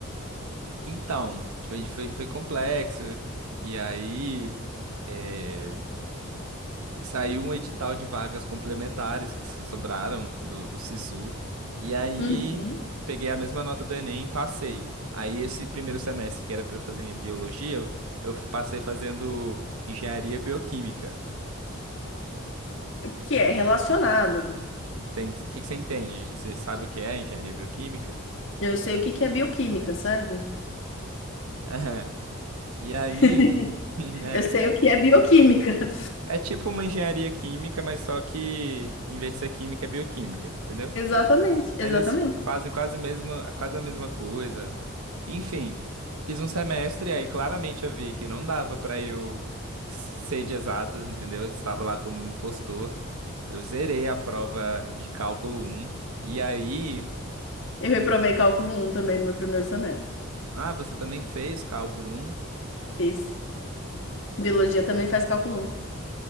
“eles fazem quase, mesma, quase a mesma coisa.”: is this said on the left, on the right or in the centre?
Right